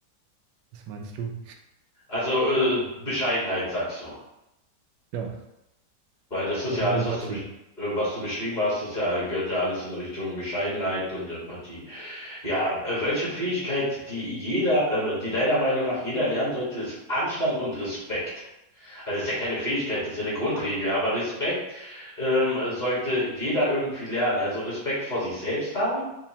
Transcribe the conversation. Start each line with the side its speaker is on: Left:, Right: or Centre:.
Right: Was meinst du?
Left: Also äh, Bescheidenheit, sagst du.
Right: Ja,
Left: Weil das ist
Right: und
Left: ja alles,
Right: Empathie.
Left: was du, besch- äh, was du beschrieben hast, das ja, gehört ja alles in Richtung Bescheidenheit und Empathie. Ja, äh,
Right: Stimmt.
Left: welche Fähigkeit, die jeder, ähm, die deiner Meinung nach jeder lernen sollte, ist Anstand und Respekt. Also das ist ja keine Fähigkeit, das ist ja eine Grundregel, aber Respekt ähm, sollte jeder irgendwie lernen. Also Respekt vor sich selbst haben